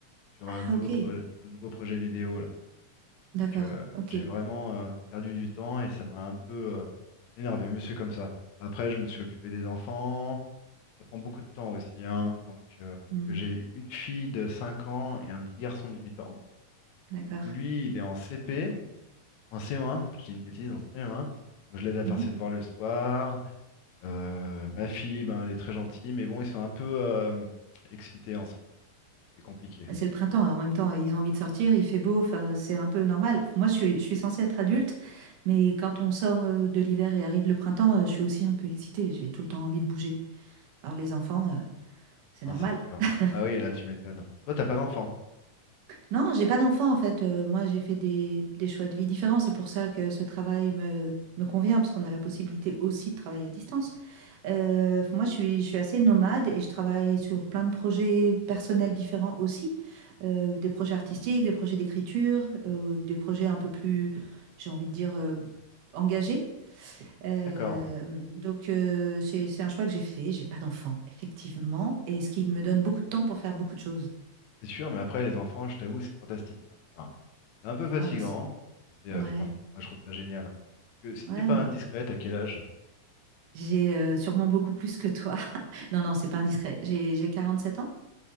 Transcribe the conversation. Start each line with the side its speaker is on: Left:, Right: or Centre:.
Left: sur
Right: Ah,
Left: euh, le nouveau
Right: ok.
Left: projet, sur le nouveau projet vidéo, là.
Right: D'accord.
Left: Donc, euh,
Right: Ok.
Left: j'ai vraiment euh, perdu du temps et ça m'a un peu euh, énervé, monsieur, comme ça. Après, je me suis occupé des enfants. Ça prend beaucoup de temps aussi, hein. Donc, euh, parce
Right: Hmm,
Left: que j'ai une fille de 5 ans et un petit garçon de 8 ans.
Right: D'accord.
Left: Donc lui, il est en CP, en CE1, je dis une bêtise, en CE1. Donc je l'aide à faire
Right: Mhm.
Left: ses devoirs le soir. Euh, ma fille, ben, elle est très gentille, mais bon, ils sont un peu euh, excités en ce moment. C'est compliqué.
Right: Bah, C'est le printemps, et en même temps, ils ont envie de sortir, il fait beau, enfin, c'est un peu normal. Moi, je suis, je suis censée être adulte, mais quand on sort euh, de l'hiver et arrive le printemps, euh, je suis aussi un peu excitée, j'ai tout le temps envie de bouger. Alors les enfants, euh, c'est
Left: Non,
Right: normal.
Left: c'est sûr.
Right: <laughs>
Left: Bah oui, là, tu m'étonnes. Toi, t'as pas d'enfant.
Right: Non, j'ai pas d'enfant en fait. Euh, moi, j'ai fait des, des choix de vie différents. C'est pour ça que ce travail me, me convient, parce qu'on a la possibilité aussi de travailler à distance. Euh, moi, je suis, je suis assez nomade et je travaille sur plein de projets personnels différents aussi. Euh, des projets artistiques, des projets d'écriture, euh, des projets un peu plus, j'ai envie de dire, euh, engagés. Euh,
Left: D'accord.
Right: donc, euh, c'est, c'est un choix que j'ai fait. J'ai pas d'enfant, effectivement. Et ce qui me donne beaucoup de temps pour faire beaucoup de choses.
Left: C'est sûr, mais après, les enfants, je t'avoue, c'est fantastique. hein. Enfin, c'est un peu fatigant,
Right: Ah, bah, c'est-
Left: mais c'est, euh,
Right: ouais,
Left: franch- moi, je trouve ça génial. hein. Parce que si
Right: ouais.
Left: c'est pas
Right: bah,
Left: indiscret, à quel âge?
Right: J'ai euh, sûrement beaucoup plus que toi. <laughs> Non, non, c'est pas indiscret. J'ai j'ai 47 ans,